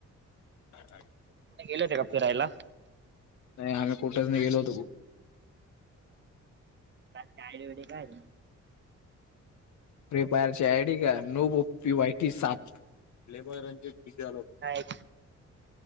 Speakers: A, on the left; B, on the right.
A: <inaudible>
B: तुम्ही गेल होते का फिरायला?
A: नाही आम्ही कुठेच नाही गेलोत.
B: कालची आयडी वैगेरे काढली.
A: फ्री फायर ची आयडी का नो बो पी वायटी सात लेब <unintelligible>
B: काय